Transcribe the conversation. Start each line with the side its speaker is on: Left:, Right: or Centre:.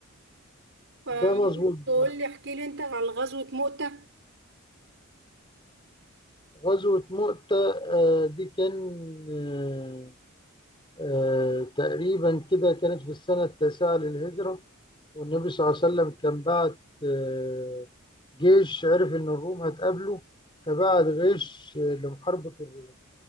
Right: فممكن
Left: ده مظبوط
Right: تقول
Left: ده.
Right: لي احكي لي انت عن غزوة مؤتة
Left: غزوة مؤتة آه، دي كان آه، آه، تقريبا كده كانت في السنة التاسعة للهجرة والنبي صلى الله عليه وسلم كان بعت آه، جيش عرف إن الروم هتقابله فبعت غيش آه، لمحاربة الروم